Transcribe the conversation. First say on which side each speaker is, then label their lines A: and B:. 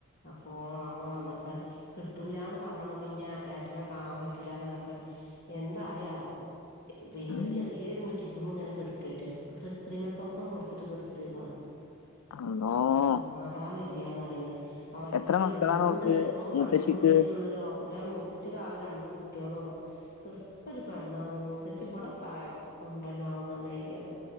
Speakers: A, on the left; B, on the left.
A: അപ്പോള മാപ്ല വന്നപ്പ കിട്ടൂലാ ന്ന് പർഞാ മക്ക് ഞാ ഏട്ടനെ കാണാൻ പറ്റൂ ലാ ന്ന് ർ ഞ്ഞപ്പൊ എന്തായാവോ പിന്നെ
B: ആഹ്
A: രു ചെറിയൊരു മിടി ഇങ്ങനെ കെടുക്കാറ്റാ ന് കൃത്രിമസാസം കൊടുത്തിട്ട്കടുത്തെ താ
B: അള്ളോ
A: ഓ നൊരു സമാധാനം ഇല്ല്യാന്ന് അറീ ണ്ട് ആ വല്യ
B: എത്ര മക്കളാണ്
A: നൂണ്ട്‌
B: ഓൾക്ക്
A: എത്രോ
B: മൂത്തശ്ശിക്ക്
A: മണിക്കൂർ വെച്ചിട്ടുള്ളരു ഓപ്പറൻ മൂത്ത ച്ചി കാകേ രണ്ടു കുട്ട്യേ ളള്ളൂ ചെ ർപൊരു പെണ്ണാ ന്നൂ മൂത്തച്ചി ഇബളെ പ്രായം <unintelligible>